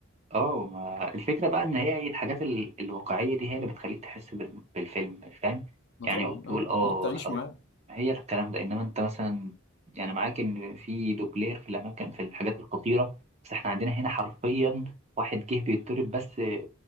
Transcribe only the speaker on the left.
ما
طبعا
اه بتخليك
تعيش
معاه